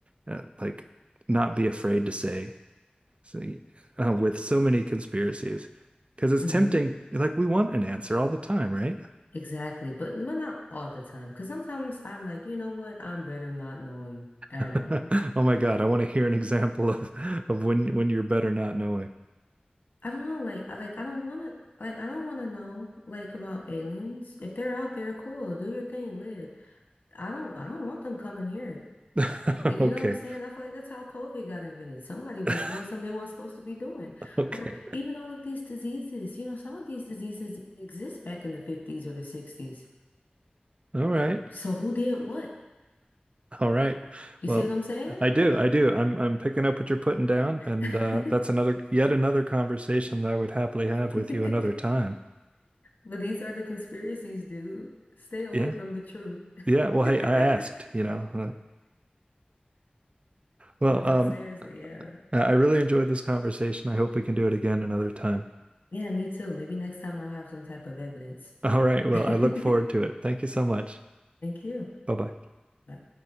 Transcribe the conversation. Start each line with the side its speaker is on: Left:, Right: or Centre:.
Right: uh, like not be afraid to say so, uh, with so many conspiracies because it's
Left: Mhm.
Right: tempting like we want an answer all the time, right?
Left: Exactly, but but not all the time. Cause sometimes I'm like, you know what? I'm better not knowing at
Right: <laughs>
Left: all.
Right: Oh my God, I want to hear an example of of when when you're better not knowing.
Left: I don't know, like I like I don't wanna like I don't wanna know like about aliens. If they're out there, cool, do your thing, live. I don't I don't want them coming here.
Right: <laughs>
Left: You, you
Right: Okay.
Left: know what I'm saying? I feel like that's how COVID got invented. Somebody was
Right: <laughs>
Left: doing something they weren't supposed to be doing.
Right: Okay.
Left: Or even all of these diseases, you know, some of these diseases didn't exist back in the 50s or the 60s.
Right: All right.
Left: So who did what?
Right: All right.
Left: You
Right: Well,
Left: see what I'm saying?
Right: I do. I do. I'm I'm picking up what you're putting down, and
Left: <laughs>
Right: uh, that's another yet another conversation that I would happily have with
Left: <laughs>
Right: you another time.
Left: But these are the conspiracies, dude. Stay away
Right: Yeah.
Left: from the truth.
Right: Yeah. Well,
Left: <laughs>
Right: hey, I asked, you know. Uh, Well,
Left: But no,
Right: um,
Left: seriously, yeah.
Right: I I really enjoyed this conversation. I hope we can do it again another time.
Left: Yeah, me too. Maybe next time I'll have some type of evidence.
Right: All right.
Left: <laughs>
Right: Well,
Left: Thank
Right: I look forward to it. Thank you so much.
Left: you.
Right: Bye-bye.
Left: Bye.